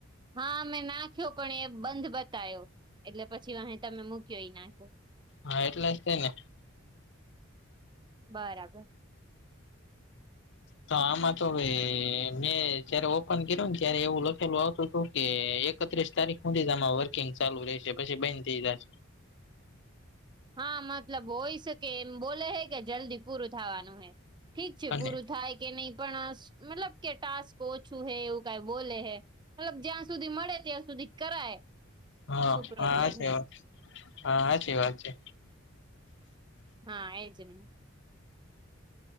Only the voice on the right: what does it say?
હા મે નાખ્યો પણ એ બંધ બતાયો એટલે પછી અ તમે મૂક્યો એ નાખ્યો
બરાબર
હા મતલબ હોય શકે એમ બોલે હે કે જલ્દી પૂરું થવાનું હે ઠીક છે
પૂરું થાય કે નહી પણ મતલબ કે ટાસ્ક ઓછું હે એવું કઈ બોલે હૈ મતલબ જ્યાં સુધી મળે ત્યાં સુધી કરાય
શું પ્રોબ્લેમ
હે
હા એ જ ન